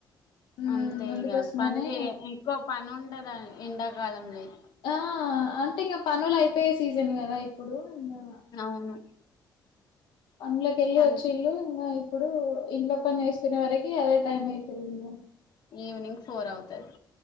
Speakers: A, on the left; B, on the left.
A: ఉమ్
B: అంతే
A: అందుకోసమనే
B: ఇక పని ఎక్కువ పని ఉండదని ఎండాకాలంలో అయితే
A: ఆ అంటే ఇంకా పనులు అయిపోయే సీజన్ కదా ఇప్పుడు నా
B: అవును
A: అందులకి వెళ్ళి
B: అంతే
A: వచ్చి ఇల్లు ఇప్పుడు ఇంట్లో పని చేస్తునే వరకి అదే టైం అవుతుంది ఇంకా
B: ఈవినింగ్ ఫోర్ అవుతది